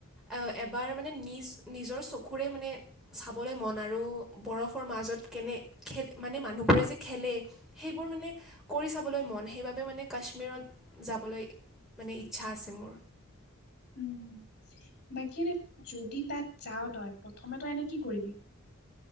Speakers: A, in the centre; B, on the left (about 50°).
A: অ এবাৰ মানে নিজ নিজৰ চকুৰে মানে চাবলৈ মন আৰু বৰফৰ মাজত কেনে খে মানে মানুহবোৰে যে খেলে! সেইবোৰ মানে কৰি চাবলৈ মন, সেইবাবে মানে কাশ্মীৰত যাবলৈ মানে ইচ্ছা আছে মোৰ।
B: উম বাকী এনে যদি তাত যাওঁ তই প্ৰথমে তই এনে কি কৰিবি?